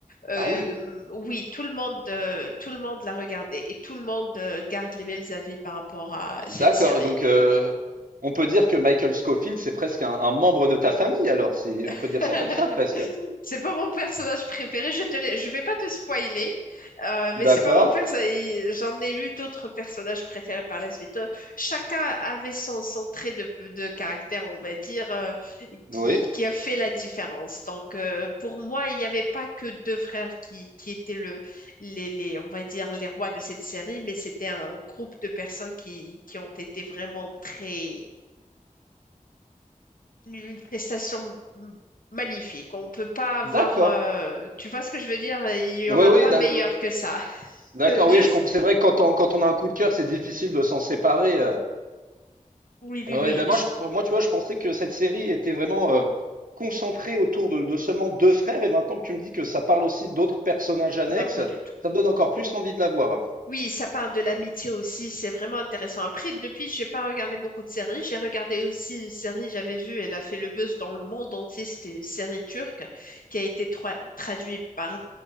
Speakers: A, on the left (about 80°); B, on the right (about 80°).
A: Euh,
B: Ah oui,
A: oui, tout le monde, euh, tout le monde l'a regardé et tout le monde euh, garde les mêmes avis par rapport à
B: d'accord.
A: cette série.
B: Donc euh, on peut dire que Michael Scofield c'est presque un, un membre de ta famille alors si
A: <laughs>
B: on peut dire ça comme ça presque.
A: C'est pas mon personnage préféré. Je te l'ai- je vais pas te spoiler, euh,
B: D'accord.
A: mais c'est pas mon personnage. J'en ai eu d'autres personnages préférés par la suite. Euh, Chacun avait son, son trait de, de caractère, on va dire, euh,
B: Oui.
A: qui, qui a fait la différence. Donc, euh, pour moi, il n'y avait pas que deux frères qui, qui étaient le, les, les, on va dire, les rois de cette série, mais c'était un groupe de personnes qui, qui ont été vraiment très une prestation magnifique. On peut pas avoir,
B: D'accord.
A: euh, tu vois ce que je veux dire? Il y
B: Oui,
A: aura
B: oui,
A: pas
B: d'a-
A: meilleur que ça.
B: d'accord.
A: <laughs> Juste,
B: Oui, je comprends. C'est vrai que quand on, quand on a un coup de cœur, c'est difficile de s'en séparer. euh.
A: oui, oui,
B: Ouais,
A: oui.
B: ben moi,
A: j-
B: je, pour- moi, tu vois, je pensais que cette série était vraiment euh, concentrée autour de, de seulement deux frères. Et maintenant que tu me dis que ça parle aussi d'autres personnages annexes,
A: Non, pas du tout.
B: ça me donne encore plus envie de la voir.
A: Oui, ça parle de l'amitié aussi. C'est vraiment intéressant. Après, depuis, j'ai pas regardé beaucoup de séries. J'ai regardé aussi une série, j'avais vu, elle a fait le buzz dans le monde entier. C'était une série turque qui a été tra- traduite par